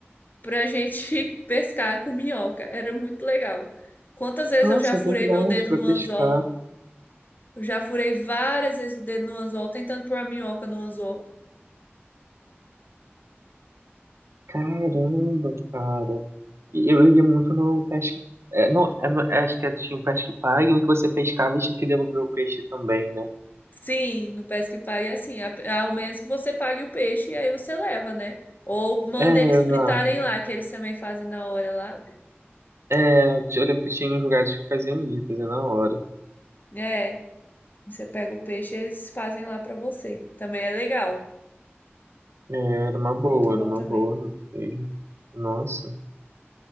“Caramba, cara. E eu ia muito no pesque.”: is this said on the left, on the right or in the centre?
Right